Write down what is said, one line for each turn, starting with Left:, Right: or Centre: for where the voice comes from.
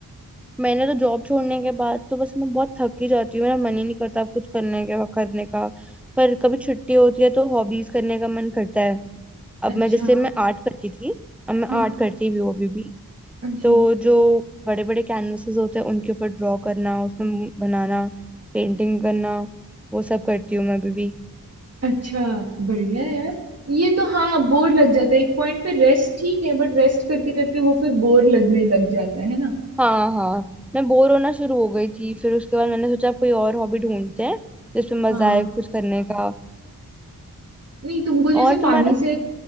Centre: मैंने तो जॉब छोड़ने के बाद तो बस मैं बहुत थक ही जाती हूँ मेरा मन ही नहीं करता अब कुछ करने के करने का पर कभी छुट्टी होती है तो हॉबीज करने का मन करता है अब
Right: अच्छा
Centre: मैं जैसे मैं आर्ट करती थी अब मैं
Right: हाँ
Centre: आर्ट करती भी हूँ अभी भी
Right: अच्छा
Centre: तो जो बड़े बड़े कैनवासेस होते हैं उनके ऊपर ड्रॉ करना उसमें बनाना पेंटिंग करना वो सब करती हूँ मैं अभी भी
Right: अच्छा बढ़िया है यार ये तो हाँ बोर लग जाता है एक पॉइंट पे रेस्ट ठीक है बट रेस्ट करते करते वो फिर बोर लगने लग जाता है है ना
Centre: हाँ हाँ मैं बोर होना शुरू हो गई थी फिर उसके बाद मैंने सोचा अब कोई और हॉबी ढूंढते हैं जिसमें
Right: हाँ
Centre: मजा आए कुछ करने का
Right: नहीं तुमको जैसे
Centre: और तुम्हारा
Right: पानी से